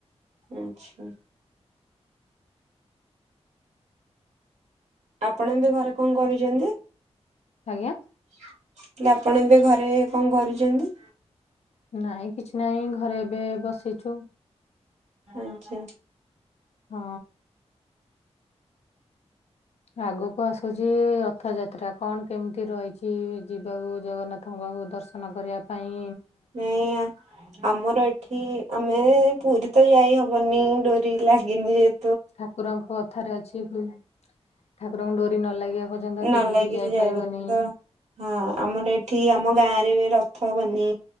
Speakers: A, on the right; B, on the left.
A: ଆଚ୍ଛା। ଆପଣ ଏବେ ଘରେ କଣ କରୁଛନ୍ତି?
B: ଆଜ୍ଞା
A: ହେଲେ ଆପଣ ଏବେ ଘରେ କଣ କରୁଛନ୍ତି?
B: ନାଇଁ କିଛି ନାଇଁ ଘରେ ଏବେ ବସିଛୁ।
A: ଆଚ୍ଛା।
B: ହଁ। ଆଗକୁ ଆସୁଛି ରଥ ଯାତ୍ରା କଣ କେମିତି ରହିଛି ଯିବାକୁ ଜଗନ୍ନାଥଙ୍କ ଦର୍ଶନ କରିବା ପାଇଁ
A: ନାଇଁ ଆମର ଏଠି ଆମେ ପୁରୀ ତ ଯାଇ ହବନି ଡୋରି ଲାଗିନି ଯେ
B: ଠାକୁରଙ୍କ କଥାରେ ଅଛି ଠାକୁରଙ୍କୁ ଡୋରି ନ ଲାଗିବା ପର୍ଯ୍ୟନ୍ତ
A: ନ
B: କେବେ
A: ଲାଗିଲେ
B: ବି ଯାଇ
A: ଯାଇହବନି
B: ପାରିବନି।
A: ତ ହଁ ଆମର ଏଠି ଆମ ଗାଁରେ ରଥ ବନି